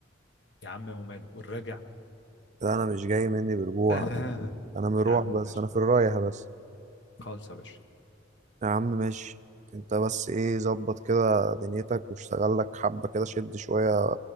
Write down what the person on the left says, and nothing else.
يا عم وماله والراجع
<laughs>
يا عم
ماشي
خالص يا باشا